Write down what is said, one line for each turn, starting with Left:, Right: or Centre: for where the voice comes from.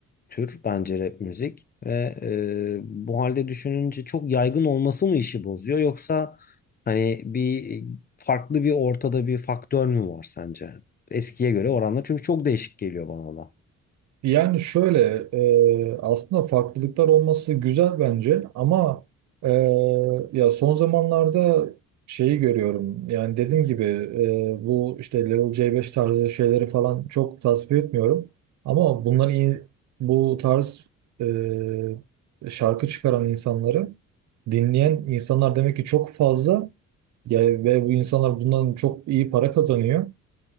Left: tür bence rap müzik ve e, bu halde düşününce çok yaygın olması mı işi bozuyor yoksa hani bir farklı bir ortada bir faktör mü var sence eskiye göre oranla çünkü çok değişik geliyor bana da.
Right: Yani şöyle e, aslında farklılıklar olması güzel bence ama e, ya son zamanlarda şeyi görüyorum yani dediğim gibi e, bu işte Level C5 tarzı şeyleri falan çok tasvip etmiyorum ama bunların in- bu tarz e, şarkı çıkaran insanları dinleyen insanlar demek ki çok fazla yani ve bu insanlar bundan çok iyi para kazanıyor.